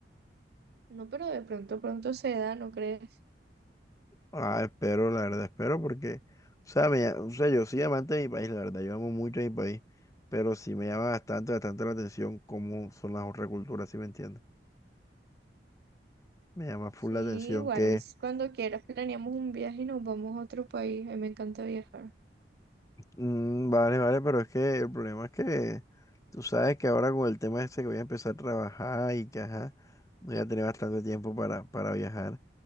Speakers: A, on the right; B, on the left.
A: No, pero de pronto, pronto se da, ¿no crees?
B: Ah, espero, la verdad, espero porque, o sea, me, ll- o sea, yo soy amante de mi país, la verdad, yo amo mucho a mi país, pero sí me llama bastante, bastante la atención cómo son las otras culturas, si me entiendes? Me llama full
A: Sí,
B: la atención
A: igual,
B: que,
A: es cuando quieras planeamos un viaje y nos vamos a otro país, a mí me encanta viajar.
B: mm, vale, vale, pero es que el problema es que tú sabes que ahora con el tema este que voy a empezar a trabajar y que, ajá, voy a tener bastante tiempo para, para viajar.